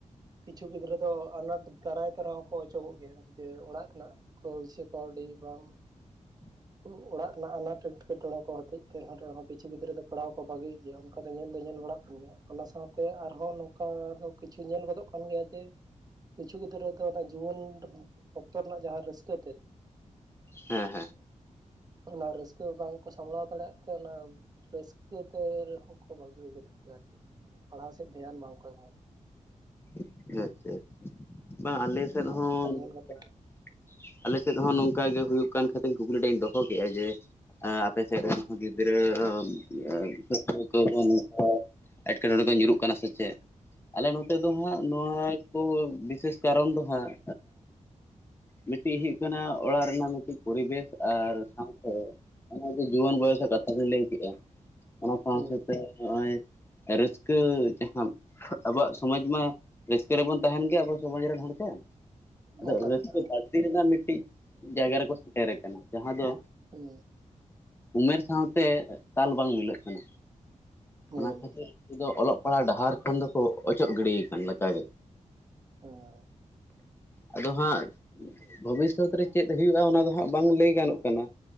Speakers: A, on the right; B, on the left.
A: ᱠᱤᱪᱷᱩ ᱜᱤᱫᱽᱨᱟᱹ ᱫᱚ ᱟᱱᱟᱴ ᱫᱟᱨᱟᱭ ᱛᱮ ᱨᱮᱦᱚᱸᱠᱚ ᱚᱪᱚᱜᱚᱜ ᱜᱮᱭᱟ ᱡᱮ ᱚᱲᱟᱜ ᱠᱷᱚᱱᱟᱜ <unintelligible> ᱠᱟᱹᱣᱰᱤ ᱵᱟᱝ
B: <unintelligible>
A: <unintelligible> ᱚᱲᱟᱜ ᱨᱮᱱᱟᱜ ᱟᱱᱟᱴ ᱮᱴᱠᱮᱴᱚᱬᱮ ᱠᱷᱚᱱ ᱦᱚᱛᱮᱫ ᱛᱮ ᱮᱡ ᱛᱮᱦ <unintelligible> <unintelligible> ᱨᱮᱦᱚᱸ ᱠᱤᱪᱷᱩ ᱜᱤᱫᱽᱨᱟᱹ ᱫᱚ ᱯᱟᱲᱦᱟᱣ ᱠᱚ ᱵᱟᱹᱜᱤᱭᱮᱫ ᱜᱮᱭᱟ ᱚᱱᱠᱟ ᱫᱚ ᱧᱮᱞ ᱫᱚ ᱧᱮᱞ ᱵᱟᱲᱟᱜ ᱠᱟᱱ ᱜᱮᱭᱟ᱾ ᱚᱱᱟ ᱥᱟᱶᱛᱮ ᱟᱨᱦᱚᱸ ᱱᱚᱝᱠᱟ ᱫᱚ ᱠᱤᱪᱷᱩ ᱧᱮᱞ ᱜᱚᱫᱚᱜ ᱠᱟᱱ ᱜᱮᱭᱟ ᱡᱮ, ᱠᱤᱪᱷᱩ ᱜᱤᱫᱽᱨᱟᱹ ᱫᱚ ᱚᱱᱟ ᱡᱩᱣᱟᱹᱱ ᱚᱠᱛᱚ ᱨᱮᱱᱟᱜ ᱡᱟᱦᱟᱸ ᱨᱟᱹᱥᱠᱟᱹ ᱛᱮᱫ
B: ᱦᱮᱸ ᱦᱮᱸ
A: ᱚᱱᱟ ᱨᱟᱹᱥᱠᱟᱹ ᱵᱟᱝᱠᱚ ᱥᱟᱸᱢᱵᱷᱟᱲᱟᱣ ᱫᱟᱲᱮᱭᱟᱜ ᱛᱮ ᱚᱱᱟ ᱨᱟᱹᱥᱠᱟᱹ ᱛᱮ ᱨᱮᱦᱚᱸ ᱠᱚ ᱵᱟᱹᱜᱤ ᱜᱚᱫᱚᱜ ᱜᱮᱭᱟ ᱪᱮᱫ ᱢᱟᱱᱮ ᱯᱟᱲᱦᱟᱣ ᱥᱮᱫ ᱫᱷᱮᱭᱟᱱ ᱵᱟᱝᱠᱚ ᱮᱢᱚᱜ-ᱟ᱾
B: ᱟᱪᱪᱷᱟ ᱟᱪᱪᱷᱟ ᱵᱟᱝ ᱟᱞᱮ ᱥᱮᱫ ᱦᱚᱸ
A: ᱚᱱᱠᱟ
B: ᱱᱚᱝᱠᱟ
A: ᱧᱮᱞ ᱠᱟᱛᱮ
B: ᱟᱞᱮ ᱥᱮᱫ ᱦᱚᱸ ᱱᱚᱝᱠᱟ ᱜᱮ ᱦᱩᱭᱩᱜ ᱠᱟᱱ ᱠᱷᱟᱹᱛᱤᱨ ᱠᱩᱠᱞᱤ ᱴᱟᱜ ᱤᱧ ᱫᱚᱦᱚ ᱠᱮᱫᱼᱟ ᱡᱮ, ᱟᱯᱮ ᱥᱮᱫ ᱨᱮᱱ ᱦᱚᱸ ᱜᱤᱫᱽᱨᱟᱹ <unintelligible> ᱠᱚ ᱮᱸᱴᱠᱮᱴᱚᱬᱮ ᱠᱚ ᱧᱩᱨᱩᱜ ᱠᱟᱱᱟ ᱥᱮ ᱪᱮᱫ ᱟᱞᱮ ᱱᱚᱛᱮ ᱫᱚ ᱦᱟᱸᱜ ᱱᱚᱣᱟ ᱠᱚ ᱵᱤᱥᱮᱥ ᱠᱟᱨᱚᱱ ᱫᱚ ᱦᱟᱸᱜ ᱢᱤᱫᱴᱮᱱ ᱦᱩᱭᱩᱜ ᱠᱟᱱᱟ ᱚᱲᱟᱜ ᱨᱮᱱᱟᱜ ᱢᱤᱫᱴᱤᱡ ᱯᱚᱨᱤᱵᱮᱥ ᱟᱨ ᱥᱟᱶᱛᱮ ᱚᱱᱟᱫᱚ ᱡᱩᱣᱟᱹᱱ ᱵᱚᱭᱚᱥ ᱟᱜ ᱠᱟᱛᱷᱟ ᱫᱚᱧ ᱞᱟᱹᱭ ᱠᱮᱫᱼᱟ, ᱚᱱᱟ ᱥᱟᱶ
A: ᱦᱩᱸ
B: ᱥᱟᱶᱛᱮ ᱱᱚᱜᱼᱚᱭ ᱨᱟᱹᱥᱠᱟᱹ ᱡᱟᱦᱟᱸ ᱟᱵᱚᱣᱟᱜ ᱥᱚᱢᱟᱡᱽ ᱢᱟ ᱨᱟᱹᱥᱠᱟᱹ ᱨᱮᱵᱚᱱ ᱛᱟᱦᱮᱱ ᱜᱮᱭᱟ ᱟᱵᱚ ᱥᱚᱢᱟᱡᱽ ᱨᱮᱱ ᱦᱚᱲ ᱫ‌ᱚ ᱟᱫᱚ
A: ᱚᱱᱠᱟ
B: ᱨᱟᱹᱥᱠᱟᱹ
A: ᱞᱮᱠᱟ
B: ᱛᱤᱱᱟᱹᱜ ᱜᱟᱱ ᱢᱤᱫᱴᱤᱡ ᱡᱟᱭᱜᱟ ᱨᱮᱠᱚ ᱥᱮᱴᱮᱨ ᱟᱠᱟᱱᱟ ᱡᱟᱦᱟᱸ ᱫᱚ
A: ᱦᱮᱸ
B: ᱩᱢᱮᱨ ᱥᱟᱶᱛᱮ ᱛᱟᱞ ᱵᱟᱝ ᱢᱤᱞᱟᱹᱜ ᱠᱟᱱᱟ,
A: ᱦᱩᱸ
B: ᱚᱱᱟ ᱠᱷᱟᱹᱛᱤᱨ ᱩᱱᱠᱩ ᱫᱚ ᱚᱞᱚᱜ ᱯᱟᱲᱦᱟᱜ ᱰᱟᱦᱟᱨ ᱠᱷᱚᱱ ᱫᱚᱠᱚ ᱚᱪᱚᱜ ᱜᱤᱰᱤ ᱟᱠᱟᱱ ᱞᱮᱠᱟᱜᱮ᱾
A: ᱦᱮᱸ
B: ᱟᱫᱚ ᱦᱟᱸᱜ ᱵᱷᱚᱵᱤᱥᱥᱚᱛ ᱨᱮ ᱪᱮᱫ ᱦᱩᱭᱩᱜᱼᱟ ᱚᱱᱟ ᱫᱚ ᱦᱟᱸᱜ ᱵᱟᱝ ᱞᱟᱹᱭ ᱜᱟᱱᱚᱜ ᱠᱟᱱᱟ᱾